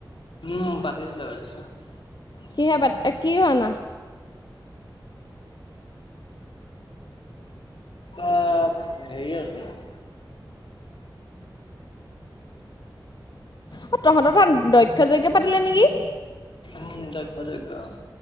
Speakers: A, on the left; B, on the left.
A: উম', পাতিছিলে <unintelligible>
B: কিহে পাট কি ভাওনা?
A: <unintelligible> হেৰি
B: অ', তহঁতৰ তাত দক্ষ যজ্ঞ পাতিলে নেকি?
A: উম, দক্ষ যজ্ঞ অ'।